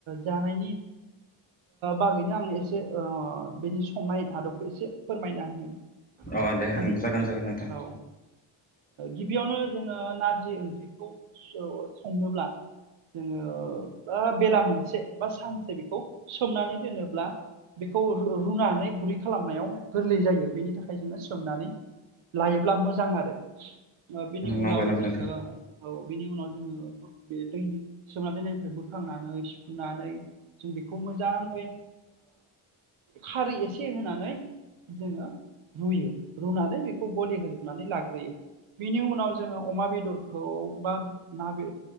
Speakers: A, on the right; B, on the left.
A: जानायनि बागैनो आं एसे बिनि संनाय आदबखौ एसे फोरमायना होनो
B: अ दे
A: होनि
B: जागोन जागोन नोंथां
A: औ गिबियावनो जोंङो नारजि ओंख्रिखौ संनोब्ला जोंङो बेला मोनसे बा सानसे बेखौ सोमनानै दोनोब्ला बेखौ रुनानै गुरै खालामनायाव गोरलै जायो बेनि थाखाय जोंङो सोमनानै लायोब्ला मोजां आरो बिनि
B: नंगौ
A: उनाव
B: नंगौ
A: जोंङो
B: नोंथां
A: औ बेनि उनाव जोंङो बे दै सोमना दोननायनिफ्राय बोखांनानै सुुनानै जों बेखौ मोजाङै खारै एसे होनानै जोंङो रुयो रुनानै बेखौ गलि होजोबनानै लाग्रोयो बिनि उनाव जोंङो अमा बेदरखौ बा ना बे